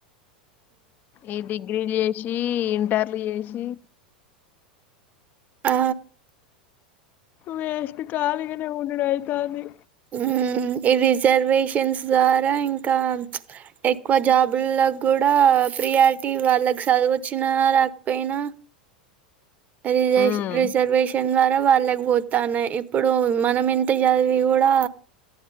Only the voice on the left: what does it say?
ఏ డిగ్రీల్ చే షి ఇంటర్లు చేషి
వేస్ట్ కలిగానే ఉం ఇక్కడ అయితాంది
ఉమ్